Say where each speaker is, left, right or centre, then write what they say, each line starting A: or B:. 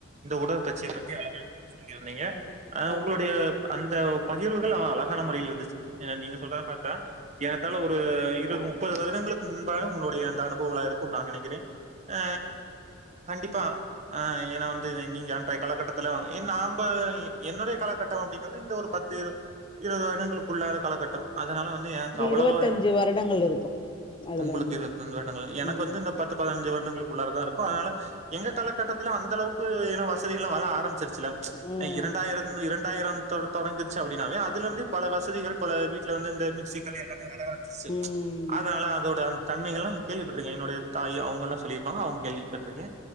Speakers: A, on the right; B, on the left.
A: இந்த உடல் பயிற்சி பத்தி அழகான மு சொல்லிர்ந்தீங்க
B: ம்
A: அ உங்களுடைய அந்த பகிர்வுகள் அழகான முறையில இருந்துச்சு நீங்க சொல்றத பாத்தா ஏறத்தாழ ஒரு இரு முப் முப்பது வருடங்களுக்கு முன்பாக உங்கடைய அந்த அனுபவங்களா இருக்குனு நா நினைக்கிறே ஆ கண்டிப்பா ஆ ஏன்னா வந்து நீங்க அன்றைய காலகட்டத்துல வ என் நாம்ப என்னுடைய காலகட்டோ அப்டிங்கது இந்த ஒரு பத்து இருவது வருடங்களுக்குள்ளான காலகட்டம் அதனால வந்து எனக்கு அவ்வளவா
B: இருவத்தஞ்சு வருடங்கள் இருக்கு அதுல
A: உங்களுக்கு
B: இருந்து
A: இருபத்துஇரண்டு வருடங்கள் எனக்கு
B: ம்
A: வந்து இந்த பத்து பதினஞ்சு வருடங்களுக்கு உள்ளாரதா இருக்கு அதனால எங்க காலகட்டத்துல அந்தளவுக்கு ஏன்னா வசதிகள்ளா வளர ஆரம்பிச்சிருச் சுல்ல
B: ம்
A: இரண்டாயிரம் இரண்டாயிரன் தொட தொடங்குச்சு அப்டின்னாவே அதுல இருந்து பல வசதிகள் பல வீட்ல வந்து இந்த மிக்சிகள் எல்லாமே வர ஆரம்பிச்சுச்சு
B: ம்
A: அதனால அதோட அந்த தன்மைகளு கேள்விப்பட்டுருக்கே என்னுடைய தாய் அவங்கெல்லா சொல்லியிருப்பாங்க அவங்க கேள்விப்பட்ருக்கே